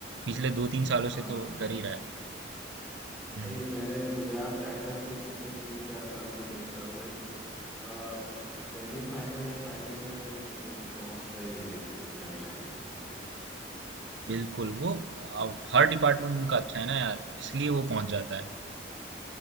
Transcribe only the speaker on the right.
पिछले दो तीन सालों
से
तो कर ही रहा है हम्म
बिल्कुल वो अब हर डिपार्टमेंट उनका अच्छा है ना यार इसलिए वो पहुंच जाता है